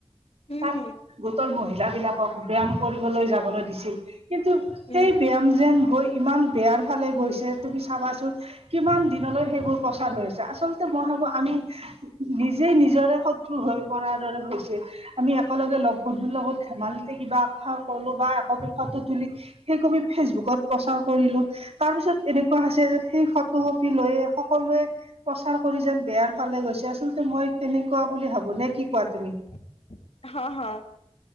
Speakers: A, on the left; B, on the right.
A: উম,
B: তাত
A: হুম,
B: গোটৰ মহিলাবিলাকক ব্যায়াম কৰিবলৈ যাবলৈ দিছিল। কিন্তু সেই
A: উম।
B: ব্যায়াম যেন গৈ ইমান বেয়াৰ ফালে গৈছে তুমি চাবাচোন কিমান দিনলৈ সেইবোৰ প্ৰচাৰ হৈ আছে আচলতে মই ভাবো আমি নিজেই নিজৰে শত্ৰু হৈ পৰাৰ দৰে হৈছে আমি একেলগে লগ বন্ধুৰ লগত ধেমালিতে কিবা এখাৰ কলো বা একপি ফটো তুলি সেই কপি ফেচবুকত প্ৰচাৰ কৰিলো। তাৰ পিছত এনেকুৱা হৈছে যেন সেই ফটো কপি লৈ সকলোৱে প্ৰচাৰ কৰি যেন বেয়াৰ ভাল। গৈছে আচলতে মই তেনেকুৱা বুলি ভাবো। নে কি কোৱা তুমি?
A: উ। হা, হা,